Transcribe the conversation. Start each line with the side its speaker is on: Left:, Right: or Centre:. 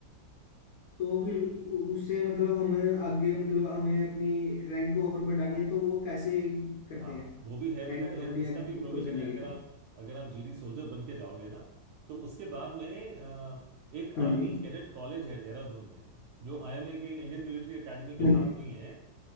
Left: तो फिर हम्म उ- उससे मतलब हमें आगे मतलब हमें अपनी रैंक और बढ़ानी है तो वो कैसे करते
Right: हाँ
Left: हैं
Right: वो भी है
Left: रैंक
Right: बेटा ये
Left: अपने
Right: इसका
Left: आग-
Right: भी प्रोविजन
Left: ऊपर करने
Right: है
Left: के
Right: अगर
Left: लिए
Right: आप अगर आप जीडी सोल्जर बन के जाओगे ना तो उसके बाद में अ, एक
Left: हाँ
Right: आर्मी
Left: जी
Right: कैडेट कॉलेज है देहरादून में जो आईएमए के इंडियन मिलिट्री एकेडमी के
Left: हाँ
Right: साथ
Left: जी,
Right: में ही है